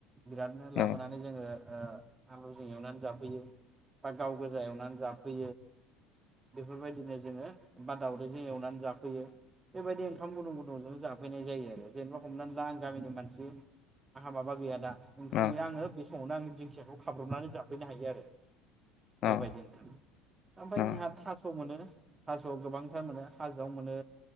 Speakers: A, on the right; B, on the left.
A: बिरादनो लाबोनानै
B: न
A: जोङो आलुजों एवनानै जाब बा गाव गोजा एनानै जाफै बेफोरबायदिनो जोो बा दाावैजों एनानै जाफैयो बेबायदि ओंखाम गुदुं गुदुंजों जाफैनाय जायो आरो जेनेबा हमनानै ला आं गामिनि मानसि आंहा माबा गैया दा ओमफ्राय
B: न
A: बे आङो समावनो आं दिंखियाखौ हाब्रबनानै जाफ्लैनो हायो आरो द
B: न
A: बेबायदिनोथां ओमफ्राय
B: न
A: जोंहा थास' मोनोो थास'आव गोबांथार मोनो हाजोआव मोनो